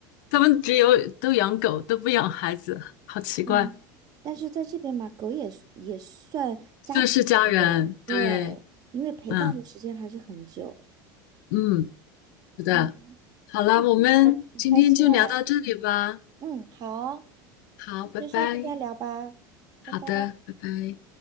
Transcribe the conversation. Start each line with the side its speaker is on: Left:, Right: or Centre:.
Left: 他们只有都养狗，都不养孩子，好奇怪。
Right: 嗯，但是在这边嘛，狗也是也算家庭成员，
Left: 这是家人，
Right: 对，
Left: 对，
Right: 因为陪伴的时间还是很久。
Left: 嗯嗯，是的。
Right: 嗯，
Left: 好了，
Right: 嗯我很开心哎，
Left: 我们今天就聊到这里吧。
Right: 嗯，好哦，
Left: 好，
Right: 那就下次再聊吧，
Left: 拜拜。
Right: 拜拜。
Left: 好的，拜拜。